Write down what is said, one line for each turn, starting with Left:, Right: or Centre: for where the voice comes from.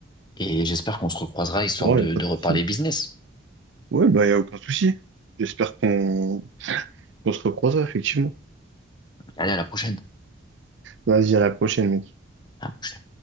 Left: et j'espère qu'on se recroisera histoire
Right: Ouais,
Left: de,
Right: y a pas
Left: de
Right: de
Left: reparler
Right: souci.
Left: business.
Right: Ouais, bah, y a aucun souci. J'espère qu'on qu'on se recroisera, effectivement.
Left: Allez, à la prochaine.
Right: Vas-y, à la prochaine, mec.
Left: À la prochaine.